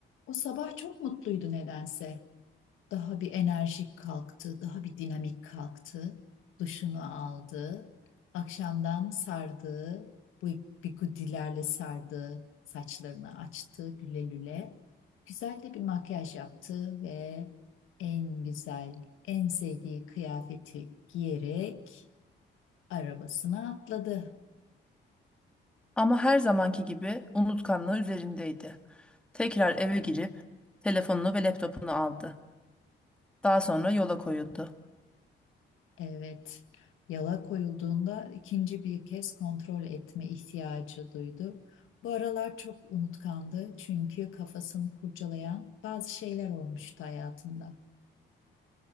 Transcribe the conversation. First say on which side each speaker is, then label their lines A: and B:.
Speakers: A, on the left (about 85°); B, in the centre.
A: O sabah çok mutluydu nedense. Daha bir enerjik kalktı, daha bir dinamik kalktı. Duşunu aldı. Akşamdan sardığı, bu bigudilerle sardığı saçlarını açtı lüle lüle. Güzel de bir makyaj yaptı ve en güzel, en sevdiği kıyafeti giyerek arabasına atladı.
B: Ama her zamanki gibi unutkanlığı üzerindeydi. Tekrar eve girip telefonunu ve laptopunu aldı. Daha sonra yola koyuldu.
A: Evet, yala koyulduğunda ikinci bir kez kontrol etme ihtiyacı duydu. Bu aralar çok unutkandı çünkü kafasını kurcalayan bazı şeyler olmuştu hayatında.